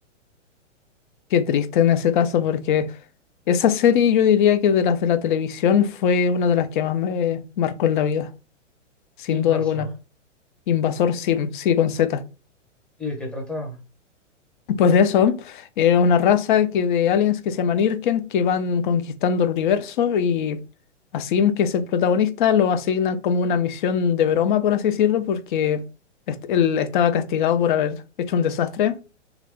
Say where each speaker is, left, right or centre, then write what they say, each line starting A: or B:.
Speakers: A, on the left; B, in the centre.
A: Qué triste en ese caso, porque esa serie yo diría que de las de la televisión fue una de las que más me marcó en la vida, sin
B: Invasor.
A: duda alguna. Invasor Sim, sí, con Z.
B: ¿Y de qué trataba?
A: Pues de eso, es una raza que de aliens que se llaman Irken, que van conquistando el universo y a Sim, que es el protagonista, lo asignan como una misión de broma, por así decirlo, porque est- él estaba castigado por haber hecho un desastre